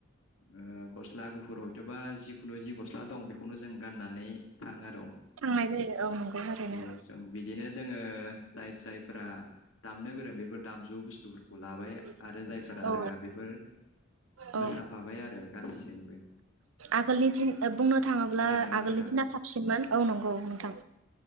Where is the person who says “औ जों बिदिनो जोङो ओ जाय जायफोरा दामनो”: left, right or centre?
Left